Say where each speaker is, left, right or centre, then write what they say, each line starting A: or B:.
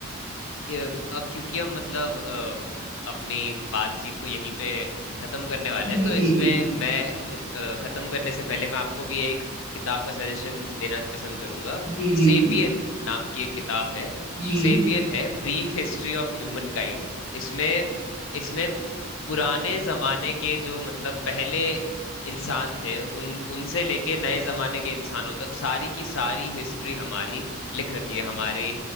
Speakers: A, on the left; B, on the left.
A: ये- अब क्योंकि हम मतलब अ, अपनी बातचीत को यहीं पे खत्म करने वाले हैं
B: जी
A: तो
B: जी
A: इसमें
B: जी
A: मैं अ, खत्म करने से पहले मैं आपको भी एक किताब का सजेशन देना पसंद करूंगा
B: जी जी
A: सेपियन
B: जी
A: नाम की एक किताब है
B: जी
A: सेपियन है brief history of humankind इसमें इसमें पुराने जमाने के जो मतलब पहले इंसान थे उन उनसे लेके नए जमाने के इंसानों तक सारी की सारी हिस्ट्री हमारी लिख रखी है हमारी